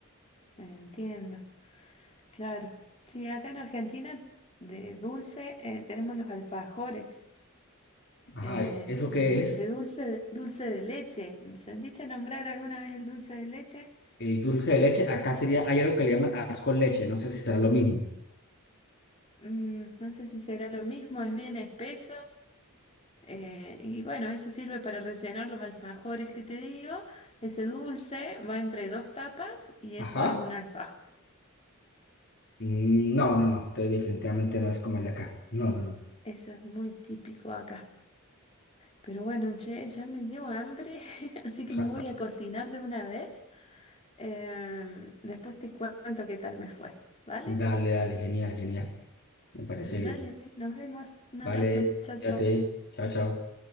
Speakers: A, on the left; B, on the left.
A: entiendo. Claro. Sí, acá en Argentina de dulce eh, tenemos los alfajores,
B: Ajá,
A: eh,
B: ¿e- ¿eso
A: de,
B: qué es?
A: de dulce, dulce de leche. ¿Sentiste nombrar alguna vez el dulce de leche?
B: El dulce de leche, acá sería, hay algo que le llaman arroz con leche, no sé si será lo mismo.
A: Mm, no sé si será lo mismo, es bien espeso. eh, y bueno, eso sirve para rellenar los alfajores que te digo. Ese dulce va entre dos tapas y eso
B: Ajá.
A: es un alfajor.
B: Mm, No, no, no, te- definitivamente no es como el de acá. No, no, no.
A: Eso es muy típico acá. Pero bueno, che, ya me dio hambre, <laughs> así que
B: Ajá.
A: me voy a cocinar de una vez. Em, después te cuento qué tal me fue. ¿Vale?
B: Dale, dale, genial, genial. Me parece
A: Dale,
B: bien.
A: nos vemos. Un
B: Vale,
A: abrazo. Chau,
B: fíjate.
A: chau.
B: Chao, chao.